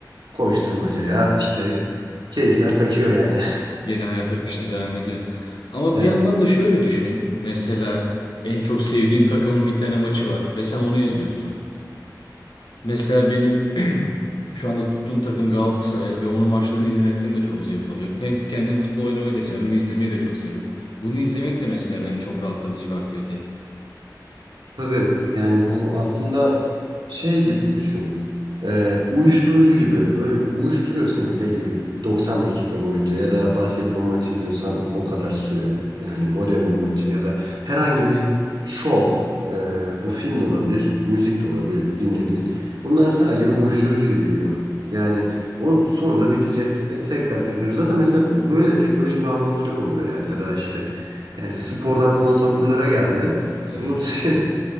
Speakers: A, on the right (about 75°); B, on the left (about 80°).
A: koşturmacaya işte
B: <laughs>
A: keyifler kaçıyor yani.
B: Yeni hayat akışına devam ediyor. Ama
A: <laughs>
B: bir yandan da şöyle düşün. Mesela en çok sevdiğin takımın bir tane maçı var ve sen onu izliyorsun. Mesela benim <clears throat> şu anda tuttuğum takım Galatasaray ve onun maçlarını izlemekten de çok zevk alıyorum. Hem kendim futbol oynamayı da seviyorum hem izlemeyi de çok seviyorum. Bunu izlemek de mesela bence çok rahatlatıcı bir aktivite.
A: Tabii yani bu aslında şey gibi düşün. Ee, uyuşturucu gibi böyle uyuşturuyor seni belli bir 90 dakika boyunca ya da basketbol maçı izliyorsan o kadar süre yani voleybol maçı ya da herhangi bir şov Ee, bu film de olabilir müzik de olabilir dinlediğin bunlar sadece bir uyuşturucu gibi geliyor. Yani o sonunda bitecek ve tekrar tekrar zaten mesela bu- böyle de teknoloji bağımlılığı falan oluyor yani ya da işte yani spordan konu taburlara geldi.
B: Evet.
A: Bunu <laughs>